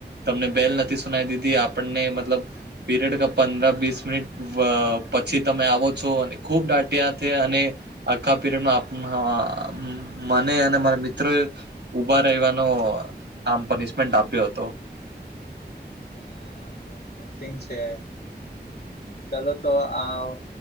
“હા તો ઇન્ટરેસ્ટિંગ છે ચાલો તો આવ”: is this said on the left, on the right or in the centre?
Left